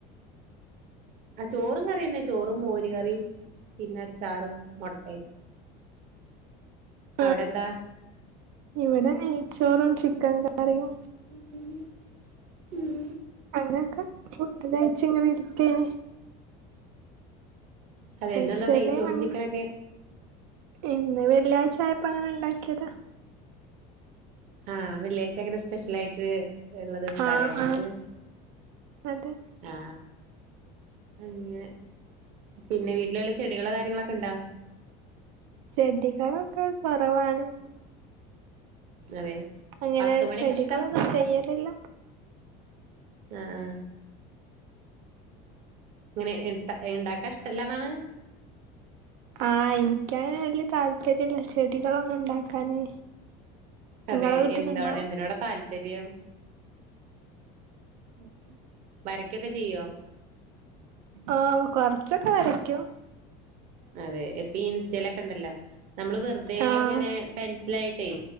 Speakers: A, on the right; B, on the right.
A: ആ, ചോറും കറിയന്നെ ചോറും മോര് കറിയും പിന്നെ അച്ചാറും മൊട്ടയും.
B: അ <inaudible>
A: അവിടെന്താ?
B: ഇവിടെ നെയ്ച്ചോറും ചിക്കൻ കറിയും.
A: ഉം, ഉം.
B: അങ്ങനെയൊക്കെ ഫുഡ് കഴിച്ച് ഇങ്ങനെ ഇരിക്കയണ്. സ്പെഷ്യലങ്ങനെ
A: അതെ ഇന്നെന്താ നെയ്ച്ചോറും ചിക്കനൊക്കെ
B: ഇന്ന് വെള്ളിയാഴ്ചായപ്പോ അങ്ങനെ ഉണ്ടാക്കിയതാ.
A: ആ, വെള്ളിയാഴ്ച്ച അങ്ങനെ സ്പെഷ്യൽ ആയിട്ട് ഇള്ള ദിവസാലേ
B: ആഹ്
A: നിങ്ങക്ക്.
B: ആഹ് അതെ
A: ആ. അങ്ങനെ പിന്നെ വീട്ടില് വല്ല ചെടികളോ കാര്യങ്ങളൊക്കെണ്ടോ?
B: ചെടികളൊക്കെ കൊറവാണ്.
A: അതെ.
B: അങ്ങനെ
A: പത്ത് മണിയൊക്കെ
B: ചെടികളൊന്നും
A: ഇഷ്ടാ
B: ചെയ്യലില്ല.
A: ആ, ആ. ഇങ്ങനെ ത ഇണ്ടാക്കാൻ ഇഷ്ടല്ലാന്നാണ്.
B: ആ, എനിക്കങ്ങനെ വല്യ താല്പര്യല്ല ചെടികളൊന്നും ഉണ്ടാക്കാന്.
A: അതെ
B: ഇങ്ങളെ വീട്ടിലുണ്ടോ?
A: എന്താ എന്തിനോട താല്പര്യം?
B: ഓക്കെ <inaudible>
A: വരക്കൊക്കെ ചെയ്യോ?
B: ഓ കൊറച്ചൊക്കെ വരക്കും.
A: അതെ ഇപ്പൊ ഇൻസ്റ്റയിലൊക്കെണ്ടല്ലോ നമ്മള് വെറുതെ
B: ആഹ്
A: ഇങ്ങനെ പെൻസിലായിട്ടേ